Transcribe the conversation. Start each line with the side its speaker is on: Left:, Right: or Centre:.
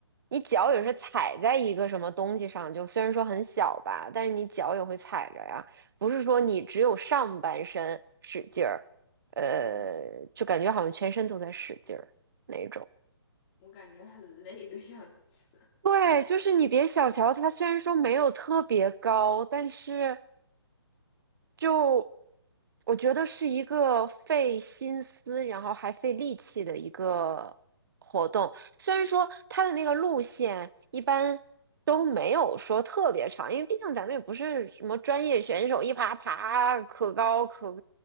Right: 你脚也是踩在一个什么东西上，
Left: 嗯，
Right: 就虽然说很小吧，但是你脚也会踩着呀，不是说你只有上半身使劲儿，呃，
Left: 嗯，
Right: 就感觉好像全身都在使劲儿那种。
Left: 我感觉很累的样子。
Right: 对，就是你别小瞧它，虽然说没有特别高，但是就我觉得是一个费心思，然后还费力气的一个活动。虽然说它的那个路线一般都没有说特别长，因为毕竟咱们也不是什么专业选手，一爬爬可高可